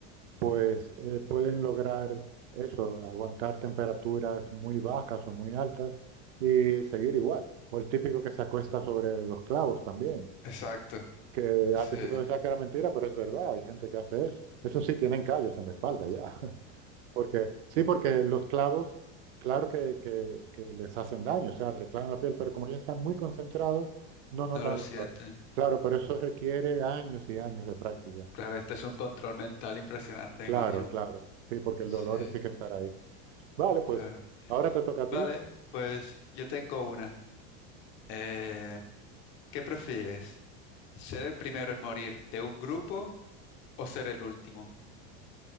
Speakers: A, on the right (about 85°); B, on the left (about 35°).
A: pues eh, pueden lograr eso, aguantar temperaturas muy bajas o muy altas y seguir igual. O el típico que se acuesta sobre los clavos también,
B: Exacto.
A: que
B: Sí,
A: al principio pensaba que era mentira, pero es verdad, hay gente que hace eso. Eso sí, tienen callos en la espalda ya. <laughs> Porque, sí, porque los clavos, claro que, que- que les hacen daño, o sea, le clavan la piel, pero como ellos están muy concentrados, no
B: no
A: notan
B: lo sienten.
A: el dolor. Claro, pero eso requiere años y años de práctica.
B: Claro, este es un control mental impresionante,
A: Claro,
B: me imagino.
A: claro, sí, porque el
B: Sí,
A: dolor sí que estará ahí. Vale, pues
B: claro.
A: ahora te toca a
B: Vale,
A: ti.
B: pues yo tengo una. Eh, ¿Qué prefieres? ¿Ser el primero en morir de un grupo o ser el último?